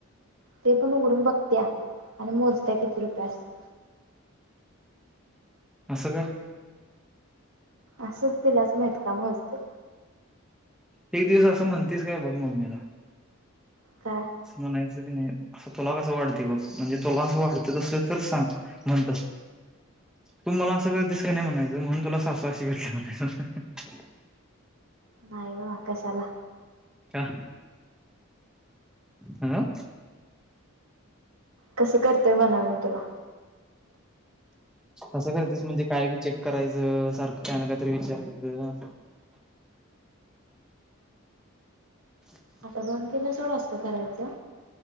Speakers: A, on the right (about 75°); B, in the centre.
A: ते पणं उघडूंन बघत्यां आणि मोजत्यां किती रुपये असतील
B: असं कां
A: असंच तिलांच लटकां म्हणते
B: एक दिवस असं म्हणतीच काय बघ मम्मीला.
A: का?
B: असं म्हणायचं की नाही असं तुला कसं वाटते बघ म्हणजे तुला असं वाटतं तसं तर सांग म्हणतस तू मला सगळ दिसली नाही म्हणायचं म्हणून तुला सासू अशी भेटलं म्हणायच
A: नाही बा कशाला?
B: का अह
A: कसं करतोय म्हणाल मी तुला
B: अस करतेस म्हणजे काय बी चेक करायचं, सारखं काय ना कायतरी विचारायचं <unintelligible>
A: आता बंद केला सोड असल करायचं